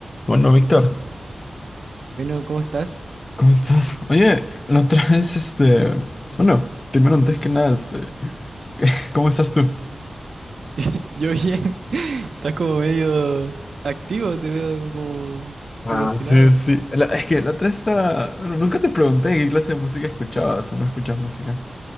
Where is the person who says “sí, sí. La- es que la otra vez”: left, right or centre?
Left